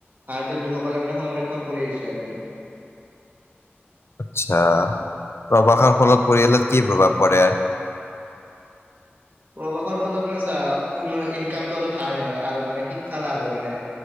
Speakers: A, on the right (about 50°); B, on the left (about 75°).
A: ভাৰতীয় লোকসকলে মানে সংৰক্ষণ কৰি আহিছে আৰু মানে।
B: আচ্ছা প্ৰবাসৰ ফলত পৰিয়ালত কি প্ৰভাৱ পৰে।
A: প্ৰৱাসৰ ফলত মানে চা উন্নয় ইনকামটো অলপ হাই হয় আৰু মানে শিক্ষা লাভ হয় মানে।